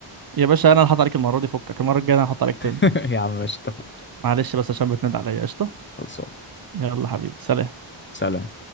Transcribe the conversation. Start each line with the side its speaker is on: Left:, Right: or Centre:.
Right: يا باشا انا اللي هحط عليك المره دي فكك المره الجايه انا هحط عليك تاني
Left: <laughs> يا عم ماشي اتفقنا
Right: معلش بس عشان بتنادي عليا قشطه
Left: خلصان
Right: يلا حبيبي سلام
Left: سلام